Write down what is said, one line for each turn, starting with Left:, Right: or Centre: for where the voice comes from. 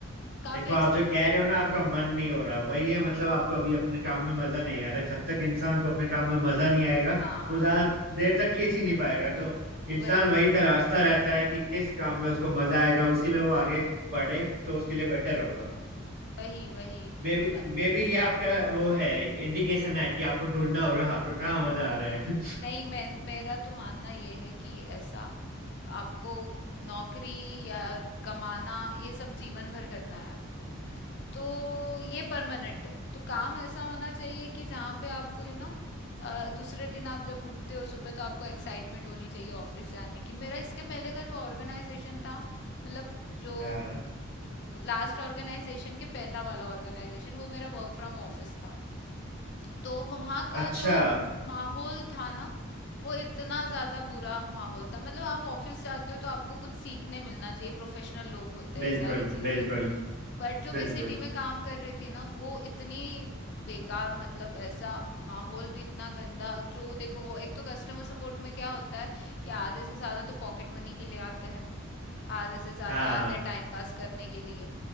Left: काफी
Right: देखो
Left: एक्सपीरियंस
Right: आप जो कह
Left: है
Right: रहे हो ना आपका मन नहीं हो रहा वही है
Left: हाँ
Right: मतलब आपको अभी अपने काम में मजा नहीं आ रहा जब तक इंसान को अपने काम में मजा नहीं आएगा
Left: हाँ
Right: वो ज्यादा देर तक खींच ही नहीं पाएगा तो इंसान
Left: वही
Right: वही तलाशता रहता है कि किस काम में उसको मजा आएगा उसी में वो आगे बढ़े तो उसके लिए बेटर होगा
Left: वही वही
Right: मे बी
Left: म,
Right: मे बी ये आपका वो है इंडिकेशन है कि आपको ढूंढना हो रहा है आपको कहाँ मजा आ रहा है <laughs>
Left: नहीं मैं मेरा तो मानना ये है कि ऐसा आपको नौकरी या कमाना ये सब जीवन भर करना है आपको तो ये परमानेंट है तो काम ऐसा होना चाहिए कि जहाँ पे आपको यू नो दूसरे दिन आप जब उठते हो सुबह तो आपको एक्साइटमेंट होनी चाहिए ऑफिस जाने की मेरा इसके पहले का जो ऑर्गेनाइजेशन था मतलब जो
Right: हाँ
Left: लास्ट ऑर्गेनाइजेशन के पहला वाला ऑर्गेनाइजेशन वो मेरा वर्क फ्रॉम ऑफिस था तो वहाँ का
Right: अच्छा
Left: जो माहौल था ना वो इतना ज़्यादा बुरा माहौल था मतलब आप ऑफिस जाते हो तो आपको कुछ सीखने मिलना चाहिए प्रोफेशनल लोग होते
Right: बिल्कुल
Left: हैं सारी चीज़ें
Right: बिल्कुल
Left: बट जो मैं
Right: बिल्कुल
Left: सिटी में काम कर रही थी ना वो इतनी बेकार मतलब ऐसा माहौल भी इतना गंदा जो देखो वो एक तो कस्टमर सपोर्ट में क्या होता है कि आधे से ज़्यादा तो पॉकेट मनी के लिए आते हैं आधे से ज्यादा
Right: हाँ
Left: आते हैं टाइम पास करने के लिए